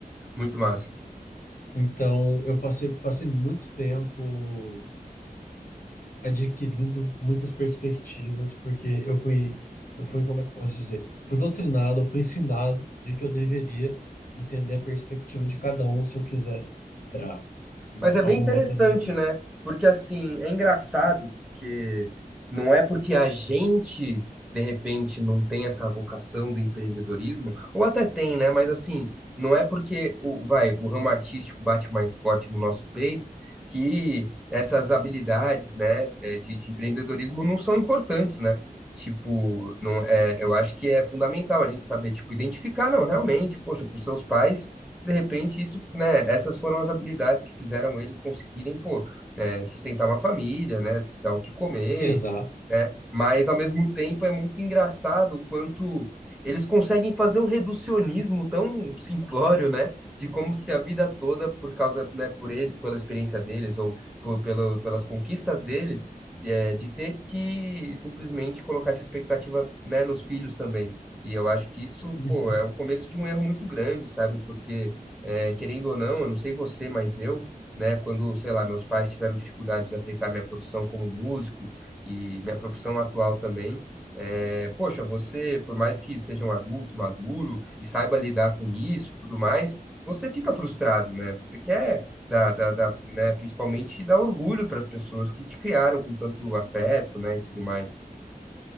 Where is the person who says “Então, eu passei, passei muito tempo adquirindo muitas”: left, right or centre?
Left